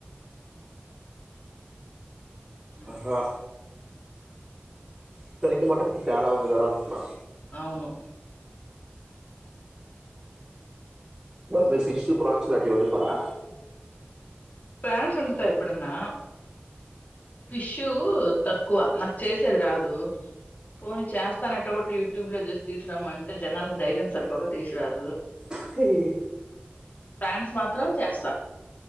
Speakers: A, on the left; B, on the right.
A: హ
B: ఆహా చికెన్ కి మట్టన్ కి తేడ ఉంది కదా అంటున్న
A: అవును
B: మరి మీరు ఫిషూ ప్ర్రాన్స్ లాంటివి వందుతారా
A: ఫ్రాన్స్ వండుత ఏప్పుడన్నా ఫిషు తక్కువ నాకు చేసేది రాదు పోని చేస్తానటె కూడా యూట్యూబ్ లో చూసి తీసుకురామంటే జనాలకు ధైర్యం సరిపోక తీసిరారు
B: హ
A: ఫ్యాన్స్ మాత్రం చేస్తా